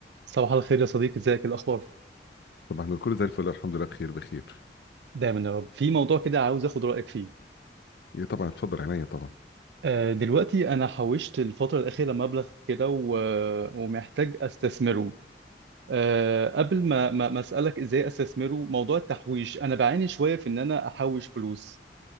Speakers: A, on the right; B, on the left.
A: صباح الخير يا صديقي ازيك إيه الاخبار
B: طب احنا الكل زي الفل الحمد لله بخير بخير
A: دايما يا رب في موضوع كده عاوز اخد رايك فيه
B: ايه طبعا اتفضل عينيا طبعا
A: آه، دلوقتي انا حوشت الفتره الاخيره مبلغ كده و... ومحتاج استثمره آه، قبل ما ما ما اسالك ازاي استثمره موضوع التحويش انا بعاني شويه في ان انا احوش فلوس